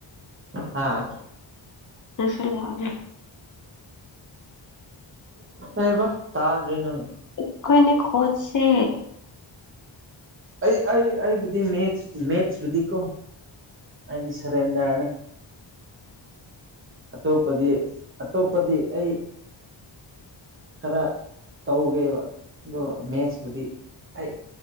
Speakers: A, on the right (about 25°); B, on the left (about 40°).
A: ꯍꯥꯥ
B: ꯅꯪꯁꯨ ꯂꯥꯛꯑꯣꯅꯦ
A: ꯀꯩ ꯍꯥꯏꯕ ꯇꯥꯗ꯭ꯔꯦ ꯅꯪ
B: ꯑꯩꯈꯣꯏꯅꯤ ꯈꯣꯠꯁꯦ
A: ꯑꯩ ꯑꯩ ꯑꯩꯕꯨꯗꯤ ꯃꯦꯠꯁ ꯃꯦꯠꯁꯕꯨꯨꯗꯤꯀꯣ ꯑꯩꯗꯤ ꯁꯔꯦꯟꯗꯔꯅꯦ ꯑꯇꯣꯞꯄꯗꯤ ꯑꯇꯣꯞꯄꯗꯤ ꯑꯩ ꯈꯔ ꯇꯧꯒꯦꯕ ꯑꯗꯣ ꯃꯦꯠꯁꯄꯨꯗꯤ ꯑꯩ